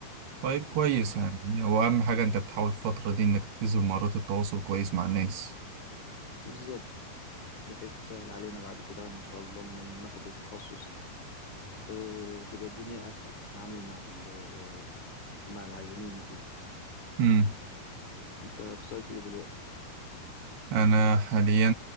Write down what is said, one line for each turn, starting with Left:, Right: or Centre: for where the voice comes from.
Right: طيب كويس يعني هو أهم حاجة أنت بتحاول الفترة دي إنك تركز بمهارات التواصل كويس مع الناس
Left: بالظبط بحيث تسهل علينا بعد كده ان شاء الله لما ناخد التخصص آه، تبقى الدنيا اسهل في التعامل مع ال- مع العيانين وكده
Right: مم.
Left: انت في سايكل دلوقتي
Right: أنا حاليا